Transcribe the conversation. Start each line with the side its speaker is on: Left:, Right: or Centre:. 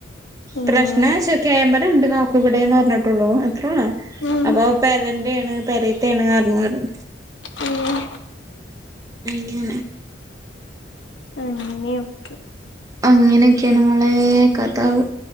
Left: ഏഹ്
Right: പ്രശ്നച്ച് ക്യാമറേണ്ട് കാക്കു ഇവിടെന്ന് പറഞ്ഞിട്ടുള്ളൂ അത്രേള്ളൂ
Left: ഉം
Right: അപ്പൊ പെരെന്റെണ് പെരേത്തേണ് പറഞ് പറഞ്ഞു
Left: ഉം
Right: അയ്യോ
Left: ഉം നി ഓക്കെ
Right: അങ്ങനെക്കെയാണ് മോളെ കഥക